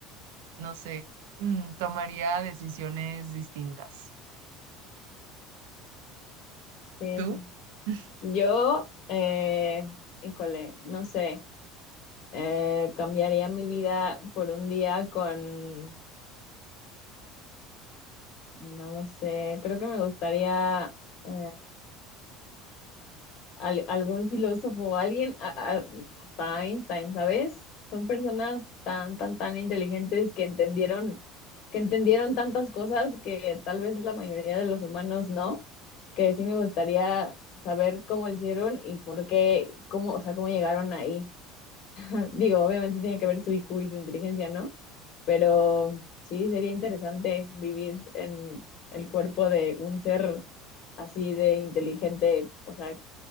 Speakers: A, on the right; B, on the left.
A: no sé, mm, tomaría decisiones distintas.
B: Sí.
A: ¿Tú? <laughs>
B: Yo, eh, híjole, no sé. Eh, cambiaría mi vida por un día con, no lo sé, creo que me gustaría eh, al- algún filósofo o alguien, a- a- hasta Einstein, ¿sabes? Son personas tan, tan, tan inteligentes que entendieron, que entendieron tantas cosas que tal vez la mayoría de los humanos no, que sí me gustaría saber cómo lo hicieron y por qué, cómo, o sea, cómo llegaron ahí. Digo, obviamente tiene que ver su IQ y su inteligencia, ¿no? Pero sí, sería interesante vivir en el cuerpo de un ser así de inteligente, o sea,